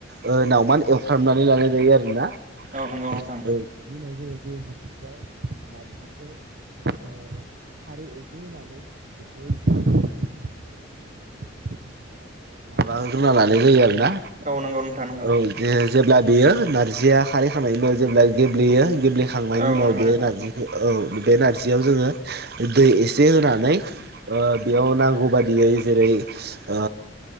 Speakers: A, on the right; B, on the right.
A: ओ नावमान एवफ्रामनानै लानाय जायो आरो ना औ
B: नंगौ नोंथां
A: बेनि उनाव जोङो <unintelligible> थिबाय नारजिखौ ओ खारै एसे होनानै बेखौ <unintelligible> <inaudible> माबा ग्रोना लानाय जायो आरो ना
B: औ नंगौ नोंथां नंगौ
A: औ बे जेब्ला बेयो नारजिया खारै होखांनायनि उनाव जेब्ला गेब्लेयो गेब्लेखांनायनि
B: औ
A: उनाव
B: नंगौ
A: बे
B: नोंथां
A: नारजिखौ औ बे नारजियाव जोङो दै इसे से होनानै बेयाव नांगौ बादियै जेरै ओ